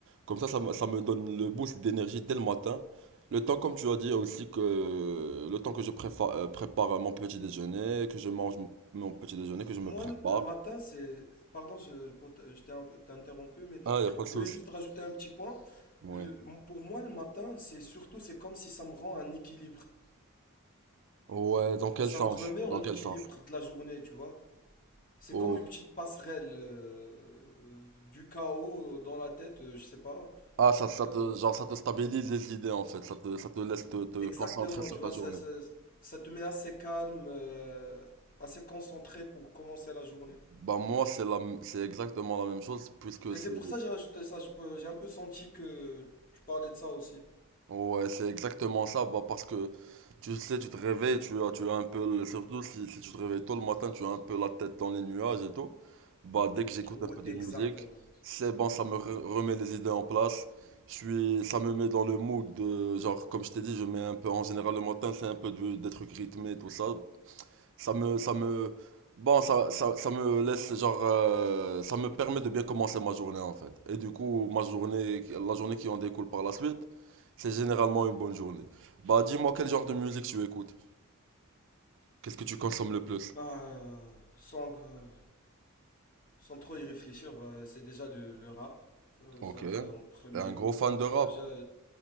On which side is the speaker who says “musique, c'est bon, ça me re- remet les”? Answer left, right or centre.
Right